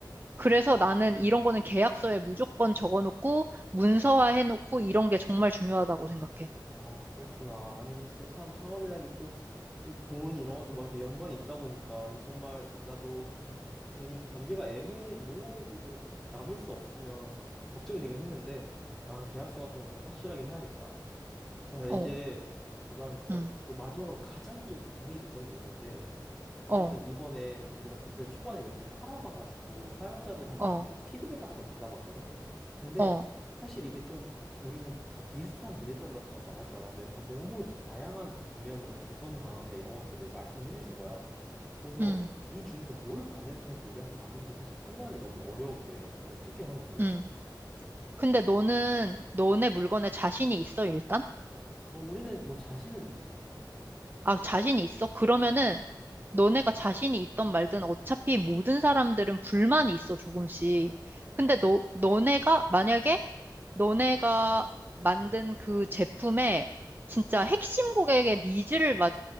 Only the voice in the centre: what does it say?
음.
아, 그렇구나. 아, 이게 진짜 참 창업이라는 게 또 좀 돈 이런 것도 막 이렇게 연관이 있다 보니까 이게 정말 나도 좀 뭐- 괜히 관계가 애매 모호해지고 나눌 수 없으면 걱정이 되긴 했는데 아, 계약서 같은 걸 좀 확실하게 해야겠다. 자, 이제
나 진짜
또 마지막으로 가장 좀 고민이 됐던 게 있는데 어쨌든
이번에 우리가 좀 그래도 초반에 몇 개를 팔아봐가지고 사용자들한테서
좀 피드백 같은 걸 받아봤거든. 근데
사실 이게 좀 우리는 다 비슷한 문제점 같은 걸 말할 줄 알았는데 다 너무 다양한 방면으로 개선 방안이나 이런 것들을 말씀을 해주신 거야. 그래서
이 중에서 뭘 반영해야지 우리한테 맞는지 사실 판단이 너무 어려운데 좀 어떻게 하면 좋을까?
어, 우리는 뭐 자신은 있지.